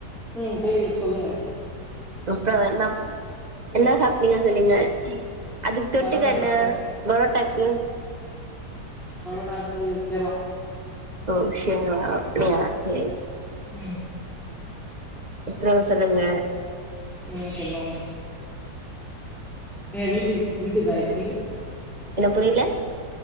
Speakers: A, in the centre; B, on the right.
A: ம் கேக்குது சொல்லுங்க
B: அப்புறோ என்ன என்ன சாப் நீங்க சொன்னீங்க அதுக்கு தொட்டுக்க
A: பரோட்டா
B: என்ன
A: சாப்ட்டே
B: பரோட்டாக்கு
A: பரோடாக்குச் சேர்வா
B: ஓ சேர்வா அப்டிய செரி
A: ம்
B: ப்புறோ சொல்லுங்க
A: நீதா சொல்லு ஏ வீட்டு வீட்டு <unintelligible>
B: என்ன புரியல